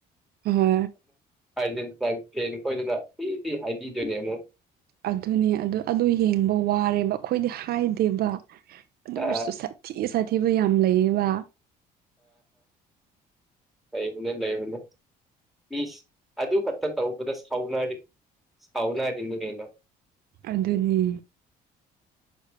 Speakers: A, on the right; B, in the centre.
A: ꯍ
B: ꯑꯥꯔꯖꯦꯟꯇꯤꯟ ꯄ꯭ꯂꯦꯟ ꯑꯩꯈꯣꯏꯗꯅ ꯏꯗꯤ ꯍꯥꯏꯕꯤꯗꯣꯏꯅꯦ ꯑꯃꯨꯛ
A: ꯑꯗꯨꯅꯦ ꯑꯗꯨ ꯑꯗꯨ ꯌꯦꯡꯕ ꯋꯥꯔꯦꯕ ꯑꯩꯈꯣꯏꯗꯤ ꯍꯥꯏꯗꯦꯕ ꯑꯗꯨ ꯑꯣꯏꯔꯁꯨ
B: ꯑ
A: ꯁꯥꯊꯤ ꯁꯥꯊꯤꯕꯨ ꯌꯥꯝ ꯂꯩꯌꯦꯕ
B: ꯂꯩꯩꯅꯦ ꯂꯩꯩꯅꯦ ꯃꯤ ꯑꯗꯨ ꯈꯛꯇ ꯇꯧꯕꯗ ꯁꯥꯎꯅꯔꯤ ꯁꯥꯎꯅꯔꯤꯅꯤ ꯀꯩꯅꯣ
A: ꯑꯗꯨꯅꯤ